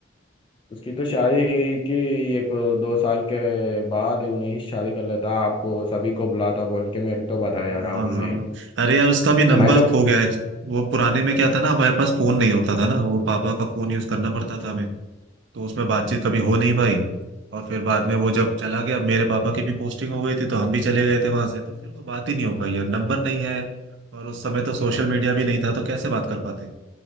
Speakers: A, on the left; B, on the right.
A: उसकी तो शादी हुई कि एक दो साल के बाद ही उन्हें ही शादी कर लेता आपको सभी को बुलाता बोल के मेरे को बताया
B: हाँ
A: राहुल
B: हाँ हाँ।
A: ने
B: अरे यार उसका भी नंबर
A: मैं तो
B: खो गया है वो पुराने में क्या था ना हमारे पास फोन नहीं होता था ना वो पापा का फोन यूज करना पड़ता था हमें तो उसमें बातचीत कभी हो नहीं पाई और फिर बाद में वो जब चला गया मेरे पापा की भी पोस्टिंग हो गई थी तो हम भी चले गए थे वहां से तो फिर वो बात ही नहीं हो पाई यार नंबर नहीं है और उस समय तो सोशल मीडिया भी नहीं था तो कैसे बात कर पाते